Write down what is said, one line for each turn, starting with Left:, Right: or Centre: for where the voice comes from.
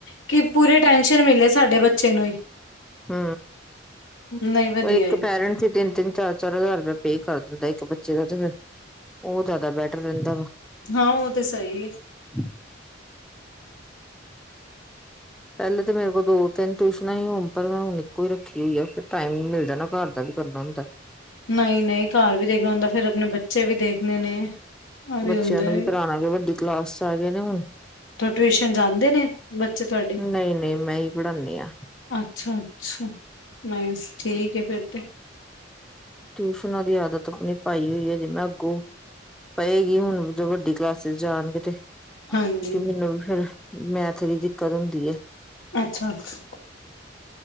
Left: ਕਿ ਪੂਰੇ ਟੈਸ਼ਨ ਮਿਲੇ ਸਾਡੇ ਬੱਚੇ ਨੂੰ ਹੀ।
Centre: ਹੂ
Left: ਨਹੀਂ ਵਧੀਆ
Centre: ਉਹ ਇੱਕ
Left: ਏ।
Centre: ਪੈਰੈਂਟ ਸੀ ਤਿੰਨ, ਤਿੰਨ ਚਾਰ ਚਾਰ ਹਜ਼ਾਰ ਰੁਪਇਆ ਪੇ ਕਰ ਦਿੰਦਾ ਇੱਕ ਬੱਚੇ ਦਾ ਤੇ ਫਿਰ ਉਹ ਜ਼ਿਆਦਾ ਬੈਟਰ ਰਹਿੰਦਾ ਵਾ।
Left: ਹਾਂ ਉਹ ਤੇ ਸਹੀ ਏ।
Centre: ਹੁ। ਪਹਿਲੇ ਤਾਂ ਮੇਰੇ ਕੋਲ ਦੋ ਤਿੰਨ ਟਿਊਸ਼ਨਾਂ ਹੀ ਹੋਣ ਪਰ ਮੈਂ ਹੁਣ ਇੱਕੋ ਹੀ ਰੱਖੀ ਹੋਈ ਆ ਫੇਰ ਟਾਈਮ ਮਿਲਦਾ ਨਾ ਘਰ ਦਾ ਵੀ। ਕਰਨਾ ਹੁੰਦਾ।
Left: ਨਹੀਂ, ਨਹੀਂ ਘਰ ਵੀ ਦੇਖਣਾ ਹੁੰਦਾ ਫੇਰ ਆਪਣੇ ਬੱਚੇ ਵੀ ਦੇਖਣੇ ਨੇ। ਆ
Centre: ਬੱਚਿਆਂ
Left: ਹੁੰਦਾ
Centre: ਨੂੰ
Left: ਏ
Centre: ਵੀ ਪੜ੍ਹਓਨਾ ਵੱਡੀ ਕਲਾਸ ਚ ਆ ਗਏ ਨੇ ਹੁਣ।
Left: ਟਿਊਸ਼ਨ ਜਾਂਦੇ ਨੇ ਬੱਚੇ ਤੁਹਾਡੇ
Centre: ਨਹੀਂ, ਨਹੀਂ ਮੈਂ ਹੀ ਪੜ੍ਹਾਦੀ ਹਾਂ।
Left: ਅੱਛਾ, ਅੱਛਾ ਬਸ ਠੀਕ ਹੈ ਫਿਰ ਤੇ।
Centre: ਟਿਊਸ਼ਨਾਂ ਦੀ ਆਦਤ ਆਪਣੀ ਪਾਈ ਹੋਈ ਹੈ, ਜਿਵੇਂ ਅੱਗੋਂ ਪਏਗੀ ਹੁਣ ਜੋ ਵੱਡੀ ਕਲਾਸਿਸ ਜਾਣਗੇ ਤੇ
Left: ਹਾਂਜੀ
Centre: ਮੈਨੂੰ ਵੀ ਫੇਰ ਮੈਥ ਦੀ ਦਿੱਕਤ ਹੁੰਦੀ ਐ।
Left: ਅੱਛਾ, ਅੱਛ